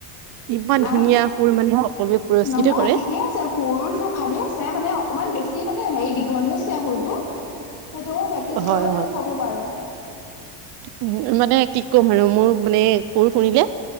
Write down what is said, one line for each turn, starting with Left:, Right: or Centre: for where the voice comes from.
Right: ইমান ধুনীয়া
Left: আ
Right: সুৰ মানে সকলোৱে পুৰস্কৃত
Left: নহয়
Right: কৰে
Left: ঠিকে আছে সৰু চুৰ ভালে আছে মানে অকমান বেছি মানে হেৰি দীঘল হৈছে সুৰটো। সেইটো বেকেজ
Right: হয়
Left: কৰিব
Right: হয়
Left: ঠিক হব বাৰো।
Right: উম, মানে কি কম আৰু মোৰ মানে সুৰ শুনিলে